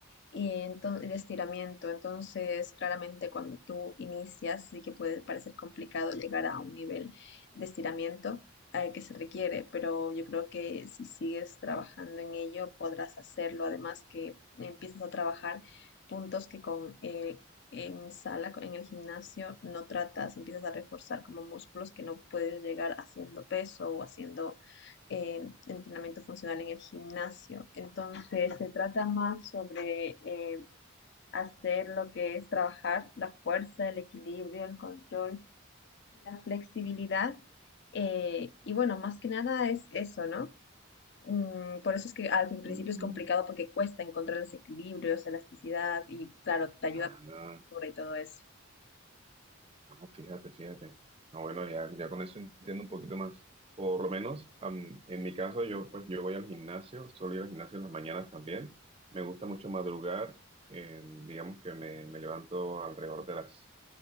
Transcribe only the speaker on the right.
Mm,
ah,
no.
Ah, fíjate, fíjate. Ah, bueno, ya, ya con eso entiendo un poquito más. Por lo menos, am, en mi caso, yo pues yo voy al gimnasio, suelo ir al gimnasio en las mañanas también. Me gusta mucho madrugar. eh, digamos que me, me levanto alrededor de las